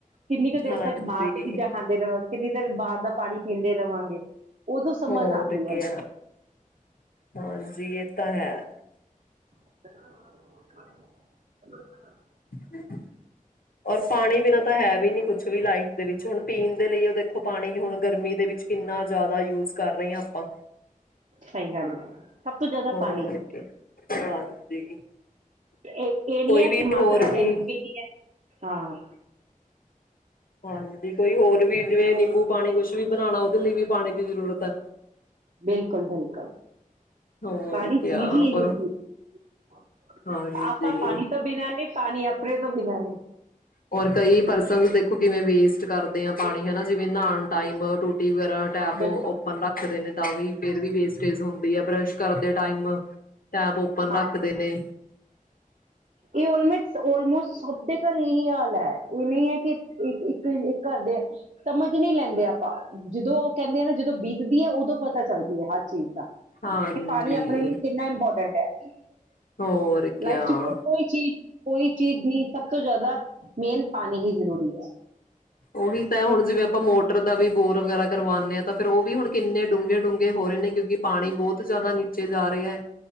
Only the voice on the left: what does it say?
ਹਾਂਜੀ
ਹੋਰ
ਕ ਹਾਂਜੀ ਇਹ ਤਾਂ ਹੈ।
<unintelligible> ਔਰ ਪਾਣੀ ਬਿਨਾਂ ਤਾਂ ਹੈ ਵੀ ਨੀ ਕੁੱਝ ਕੁਛ ਵੀ ਲਾਈਫ ਦੇ ਵਿੱਚ ਹੁਣ ਪੀਣ ਦੇ ਲਈ ਉਹ ਦੇਖੋ ਪਾਣੀ ਵੀ ਹੁਣ ਗਰਮੀ ਦੇ ਵਿੱਚ ਕਿੰਨਾ ਜ਼ਿਆਦਾ ਯੂਜ਼ ਕਰ ਰਹੇ ਹਾਂ ਆਪਾਂ
ਹੋਰ
ਕੀ, ਹਾਂਜੀ
ਕੋਈ
ਵੀ
ਹੋਰ ਵੀ
ਹਾਂਜੀ ਕੋਈ ਹੋਰ ਵੀ ਜਿਵੇਂ ਨਿੰਬੂ ਪਾਣੀ ਕੁਛ ਵੀ ਬਣਾਉਣਾ ਉਹਦੇ ਲਈ ਵੀ ਪਾਣੀ ਦੀ ਜ਼ਰੂਰਤ ਹੈ।
ਹੋਰ
ਕਿਆ
ਹੋਰ
ਹਾਂਜੀ।
ਹੋਰ ਕਈ ਪਰਸਨ ਦੇਖੋ ਕਿਵੇਂ ਵੇਸਟ ਕਰਦੇ ਆ ਪਾਣੀ ਹਨਾਂ, ਜਿਵੇਂ ਨਾਣ ਟਾਈਮ ਟੂਟੀ ਕਈ ਵਾਰੀ ਟੈਪ
ਓਪਨ ਰੱਖ ਦੇ ਨੇ ਤਾਂ ਵੀ ਫਿਰ ਵੀ ਬੇਸ ਤੇਜ਼ ਹੁੰਦੀ ਆ ਬਰਸ਼ ਕਰਦੇ ਟਾਈਮ। ਟੈਪ ਓਪਨ
ਰੱਖਦੇ ਨੇ।
ਹਾਂਜੀ।
ਹੋਰ ਕਿਆ
ਉਹੀ ਤਾਂ ਹੁਣ ਜਿਵੇਂ ਆਪਾਂ ਮੋ ਟਰ ਦਾ ਵੀ ਬੋਰ ਵਗੈਰਾ ਕਰਵਾਉਣੇ ਆਂ ਤਾਂ ਫਿਰ ਉਹ ਵੀ ਹੁਣ ਕਿੰਨੇ ਡੂੰਘੇ-ਡੂੰਘੇ ਹੋ ਰਹੇ ਨੇ ਕਿਉਂਕਿ ਪਾਣੀ ਬੋਤ ਭ ਤੋਂ ਜ਼ਿਆਦਾ ਨੀਚੇ ਚਜਾ ਰਿਹਾ